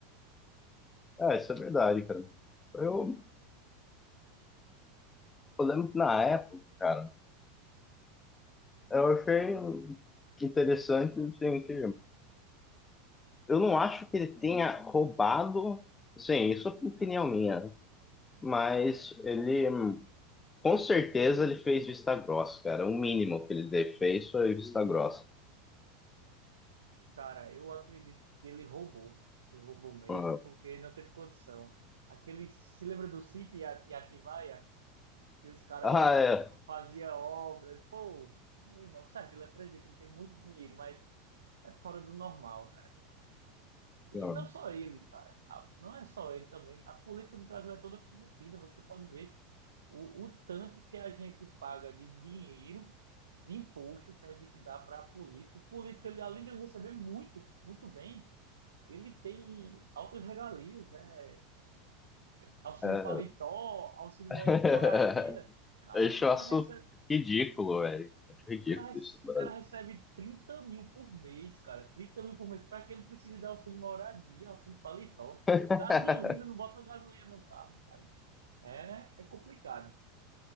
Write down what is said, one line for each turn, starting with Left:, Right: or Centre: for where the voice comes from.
Left: É, é, isso é verdade, cara. Eu, eu lembro que na época, cara, eu achei interessante, assim, que eu não acho que ele tenha roubado, sim, isso é opinião minha, mas ele, hum, com certeza, ele fez vista grossa, cara. O mínimo que ele de- fez foi vista grossa.
Right: Cara, eu acredito que ele roubou. Ele roubou mesmo,
Left: Uhum.
Right: porque não teve condição. Aquele, se lembra do sítio e a e Atibaia? E os caras
Left: Ah, é.
Right: faziam obra. Pô, meu irmão, certo, ele é presidente, ele tem muito dinheiro, mas é fora do normal, cara. é fora- E
Left: Não,
Right: não só ele, cara. A- Não é só ele também. A política do Brasil é toda corrompida, você pode ver o, o tanto que a gente paga de dinheiro, de imposto que a gente dá para político. O político, ele, além de receber muito, muito bem, ele tem altas regalias, né? Auxílio
Left: é.
Right: paletó, auxílio
Left: <laughs>
Right: mo- moradia. Cara,
Left: Deixa
Right: o
Left: Eu
Right: cara
Left: acho
Right: recebe.
Left: ridículo, velho. Acho ridículo
Right: O cara, rece-
Left: isso no
Right: o
Left: Brasil.
Right: cara recebe 30 mil por mês, cara. trinta mil por mês. para que ele precise dar auxílio moradia, auxílio paletó?
Left: <laughs>
Right: Gasolina, não bota gasolina no carro, cara. É, é complicado.